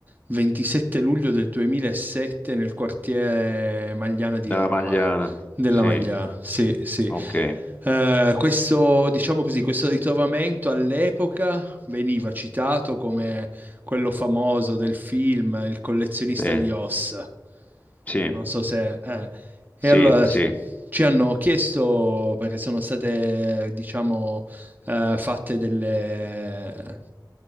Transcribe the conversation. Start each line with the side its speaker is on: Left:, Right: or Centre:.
Right: 27 luglio del 2007 nel quartiere Magliana di
Left: della
Right: Roma.
Left: Magliana.
Right: Della
Left: Sì,
Right: Magliana, sì, sì.
Left: ok.
Right: Eh, questo, diciamo così, questo ritrovamento all'epoca veniva citato come quello famoso del film Il collezionista
Left: Sì,
Right: di ossa.
Left: sì,
Right: Non so se... eh.
Left: sì,
Right: E allora
Left: sì,
Right: ci hanno chiesto, perché sono state, diciamo, eh, fatte delle,